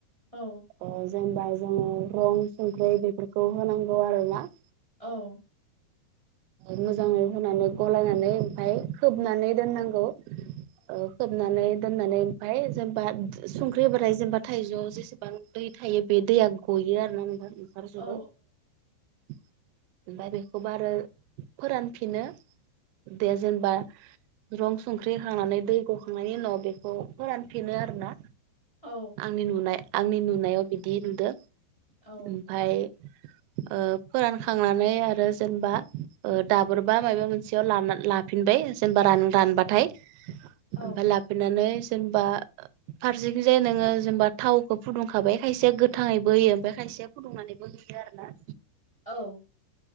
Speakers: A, on the left; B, on the right.
A: औ।
B: ओ जेनेबा जोङो रं संख्रि बेफोरखौ होनांगौ आरोना
A: औ।
B: मोजाङै होनानै गलायनानै ओमफाय खोबनानै दोननांगौ औ खोबनानै दोननानै ओमफाय जेनबा संख्रि होबाथाय जेनबा थाइजौआव जेसेबां दै थायो बे दैया गयो आरो ना नो <unintelligible> ओंखारजोबो
A: औ
B: ओमफाय बेखौबो आरो फोरानफिनो दे जेनबा रं संख्रि होखांनानै दै गखांनायनि उनाव बेखौ फोरानफिनो आरोना।
A: औ
B: आंनि नुनाय आंनि नुनायाव बिदि नुदो उम।
A: औ
B: फाय ओ फोरानखांनानै आरो जेनबा ओ दाबोरबा मायबा मोनसेयाव लाना लाफिनबाय जेनबा रान दानबाथाय ओमफाय
A: औ
B: लाफैनानै जेनबा फारसेखिजाय नोङो जेनेबा थावखौ फुदुंखाबाय खायसेया गोथाङैबो होयो ओमफाय खायसेया फुदुंनानैबो <unintelligible> आरोना
A: औ